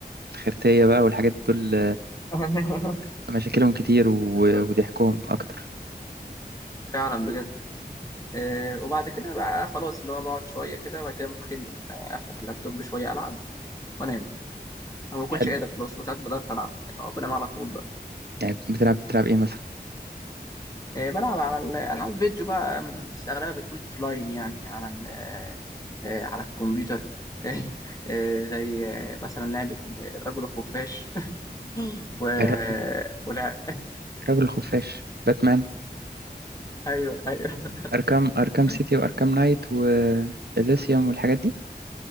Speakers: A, on the right; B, on the left.
A: الخرتيه بقى والحاجات دول
B: <laughs>
A: مشاكلهم كتير و-
B: بالظبط.
A: وضحكهم أكتر
B: فعلا بجد آه، وبعد كده بقى خلاص اللي هو بقعد شويه كده بعد كده ممكن آه، افتح اللابتوب شويه العب وانام أنا ما بكونش
A: حلو
B: قادر خلاص ساعات ما بقدرش العب يعني آه، بنام على طول بقى
A: يعني بتلعب بتلعب إيه مثلا
B: آه، بلعب على الالعاب فيديو بقى م، بس اغلبها بتكون اوفلاين يعني على ال- آه، آه، على الكمبيوتر <laughs> آه، زي آه، مثلا لعبه الرجل الخفاش <laughs> و...
A: الرجل
B: ولا
A: الرجل الخفاش باتمان
B: ايوه ايوه
A: أركام أركام
B: <laughs>
A: سيتي وأركام نايت وإليسيوم والحاجات دي